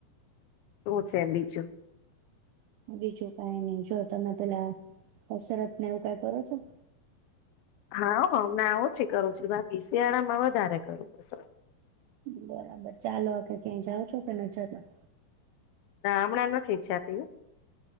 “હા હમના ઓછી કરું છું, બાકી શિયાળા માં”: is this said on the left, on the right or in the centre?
Left